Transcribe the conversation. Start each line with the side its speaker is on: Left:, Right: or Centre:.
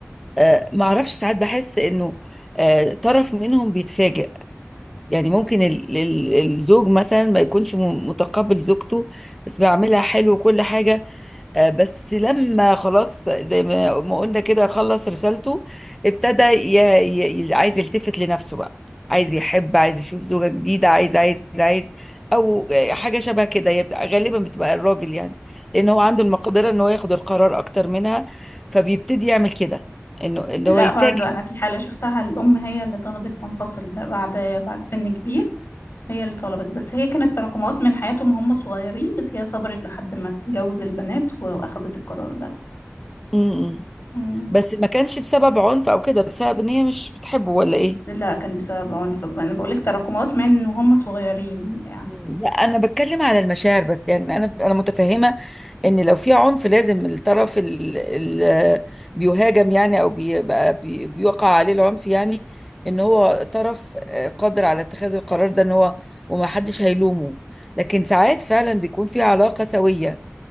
Centre: آه، معرفش ساعات بحس انه آه، طرف منهم بيتفاجئ يعني ممكن ال- ال- الزوج مثلا ما يكونش م- متقبل زوجته بس بيعملها حلو وكل حاجة آه، بس لما خلاص زي ما ما قلنا كده خلص رسالته ابتدى ي... ي... ي- عايز يلتفت لنفسه بقى عايز يحب عايز يشوف زوجة جديدة عايز عايز عايز او آه، حاجة شبه كده هي بت- غالبا بتبقى الراجل يعني لان هو عنده المقدرة ان هو ياخد القرار اكتر منها فبيبتدي يعمل كده انه ان
Left: لا
Centre: هو يفاجئ
Left: برضو أنا في حالة شفتها الأم هي اللي طلبت تنفصل بعد بعد سن كبير هي اللي طلبت بس هي كانت تراكمات من حياتهم وهم صغيرين بس هي صبرت لحد ما تجوز البنات وأخدت القرار ده
Centre: م- م.
Left: مم.
Centre: بس ما كانش بسبب عنف او كده بسبب ان هي مش بتحبه ولا ايه
Left: لا كان بسبب عنف أنا بقولك تراكمات من وهم صغيرين يعني
Centre: مم. لا انا بتكلم على المشاعر بس يعني انا انا متفهمه ان لو في عنف لازم الطرف اللي بيهاجم يعني او بيبقى بي- بيوقع عليه العنف يعني ان هو طرف آه، قادر على اتخاذ القرار ده ان هو وما حدش هيلومه لكن ساعات فعلا بيكون في علاقه سويه